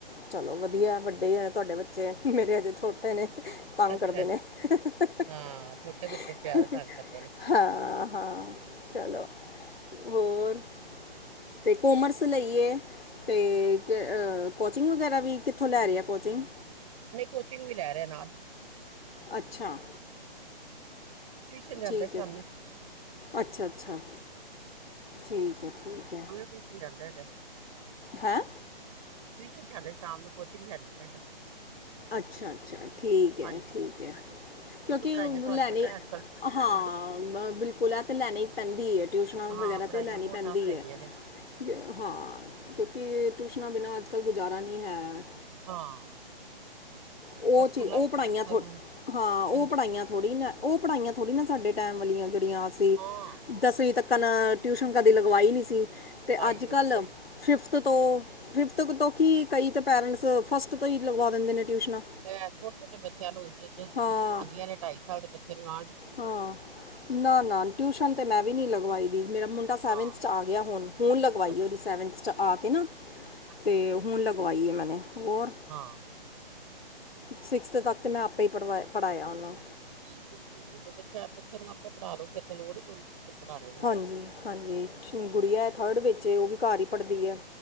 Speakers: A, on the left; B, on the right.
A: ਚਲੋ ਵਧੀਆ ਵੱਡੇ ਆ ਤੁਹਾਡੇ ਬੱਚੇ ਮੇਰੇ ਅਜੇ ਛੋਟੇ ਨੇ। ਤੰਗ
B: ਅੱਛਾ
A: ਕਰਦੇ ਨੇ। <unintelligible>
B: ਹਾਂ ਛੋਟੇ ਬੱਚੇ ਜ਼ਿਆਦਾ ਤੰਗ ਕਰਦੇ ਨੇ
A: ਹਾਂ ਹਾਂ, ਚਲੋ ਹੋਰ। ਤੇ ਕੋਮਰਸ ਲਈਏ ਤੇ ਕੋਚਿੰਗ ਵਗੈਰਾ ਵੀ, ਕਿੱਥੋਂ ਲੈ ਰਿਆ ਕੋਚਿੰਗ।
B: ਨਈ ਕੋਚਿੰਗ ਵੀ ਲੈ ਰਿਹਾ ਨਾਲ।
A: ਅੱਛਾ।
B: ਟਿਊਸ਼ਨ ਜਾਂਦਾ
A: ਠੀਕ
B: ਸ਼ਾਮੀ
A: ਐ, ਅੱਛਾ ਅੱਛਾ, ਠੀਕ ਐ, ਠੀਕ ਐ।
B: ਟਿਸ਼ਨ ਜਾਂਦਾ ਹੈਗਾ।
A: ਹੈਂ?
B: ਟਿਊਸ਼ਨ ਜਾਂਦਾ ਸ਼ਾਮ ਨੂੰ, ਕੋਚਿੰਗ ਲੈਂਦਾ ਹੈਗਾ।
A: ਅੱਛਾ ਅੱਛਾ, ਠੀਕ ਐ,
B: ਹਾਂਜੀ
A: ਠੀਕ ਐ ਕਿਉਂਕਿ
B: ਪੜ੍ਹਾਈਆਂ
A: ਓਹ
B: ਤੁਹਾਨੂੰ
A: ਲੈਣੀ
B: ਪਤਾ ਹੈ ਅੱਜ ਕੱਲ
A: ਹਾਂ
B: ਹਾਂਜੀ
A: ਬਿਲਕੁਲ ਐ ਤੇ ਲੈਣੀ ਪੈਂਦੀ ਐ, ਟਿਊਸ਼ਨਾਂ
B: ਹਾਂ
A: ਵਗੈਰਾ
B: ਪੜ੍ਹਾਈਆਂ
A: ਤੇ ਲੈਣੀ
B: ਬਹੁਤ
A: ਪੈਂਦੀ
B: ਟਫ ਹੈਗੀਆਂ
A: ਐ।
B: ਨੇ
A: ਯਾ ਹਾਂ ਕਿਉਂਕਿ ਟਿਊਸ਼ਨਾਂ ਬਿਨਾਂ ਅੱਜ-ਕੱਲ੍ਹ ਗੁਜ਼ਾਰਾ ਨ੍ਹੀਂ ਹੈ।
B: ਹਾਂ।
A: ਉਹ
B: ਬਸ
A: ਚੀਜ਼
B: ਸਕੂਲਾਂ
A: ਉਹ
B: ਵਿੱਚ
A: ਪੜ੍ਹਾਈਆਂ
B: ਦੇਖੋ
A: ਥੋੜੀ
B: ਉਹਨਾਂ ਨੇ
A: ਹਾਂ, ਉਹ
B: ਹਾਂਜੀ
A: ਪੜ੍ਹਾਈਆਂ ਥੋੜੀ ਨੇ। ਉਹ ਪੜ੍ਹਾਈਆਂ ਥੋੜ੍ਹੀ ਨੇ ਸਾਡੇ ਟਾਈਮ ਵਾਲੀਆਂ ਜਿਹੜੀਆਂ ਅਸੀਂ
B: ਹਾਂ
A: ਦਸਵੀਂ ਤੱਕਣ ਟਿਊਸ਼ਨ ਕਦੇ ਲਗਵਾਈ ਨੀਂ ਸੀ ਤੇ
B: ਲਗਾਈ
A: ਅੱਜ-ਕੱਲ੍ਹ
B: ਨਹੀਂ ਸੀ ਕਦੇ
A: ਫਿਫਥ ਤੋਂ ਫਿਫਥ ਤੋਂ ਕਿ ਕਈ ਤਾਂ ਪੈਰੈਂਟਸ ਫਸਟ ਤੋਂ ਈ ਲਗਵਾ ਦਿੰਦੇ ਨੇ ਟਿਊਸ਼ਨਾਂ।
B: ਲੈਂ ਛੋਟੇ-ਛੋਟੇ ਬੱਚਿਆਂ ਨੂੰ ਜਦੋਂ ਸਕੂਲ
A: ਹਾਂ
B: ਪਾਂਦੀਆਂ ਨੇ ਢਾਈ ਸਾਲ ਦੇ ਬੱਚੇ ਨੂੰ ਨਾਲ ਹੀ
A: ਹਾਂ ਨਾ-ਨਾ ਟਿਊਸ਼ਨ ਤੇ ਮੈਂ ਵੀ ਨੀ ਲਗਵਾਈ ਦੀ ਮੇਰਾ ਮੁੰਡਾ ਸੈਵੰਥ
B: ਹਾਂ
A: ਚ ਆ ਗਿਆ ਹੁਣ। ਹੁਣ ਲਗਵਾਈ
B: ਅੱਛਾ,
A: ਉਹਦੀ ਸੈਵੰਥ ਚ ਆ ਕੇ ਨਾ
B: ਅੱਛਾ-ਅੱਛਾ।
A: ਤੇ ਹੁਣ ਲਗਵਾਈ ਏ ਮੈਂਨੇ ਹੋਰ
B: ਹਾਂ
A: ਸਿਕਸਥ ਤੱਕ ਤੇ ਮੈਂ ਆਪੇ ਹੀ ਪੜ੍ਹਵਾਇ ਪੜ੍ਹਾਇਆ ਉਹਨਾਂ ਨੂੰ
B: ਠੀਕ ਏ ਠੀਕ ਏ ਜੇ ਬੱਚਾ ਬੱਚੇ ਨੂੰ ਆਪੇ ਪੜ੍ਹਾ ਲੋ ਫੇਰ ਤੇ ਲੋੜ ਹੀ ਕੋਈ ਨੀ ਟਿਊਸ਼ਨ ਪੜ੍ਹਾਣੇ ਦੀ
A: ਹਾਂਜੀ, ਹਾਂਜੀ ਗੁੜੀਆ ਏ ਥਰਡ ਵਿੱਚ ਏ ਉਹ ਵੀ ਘਰ ਹੀ ਪੜ੍ਹਦੀ ਐ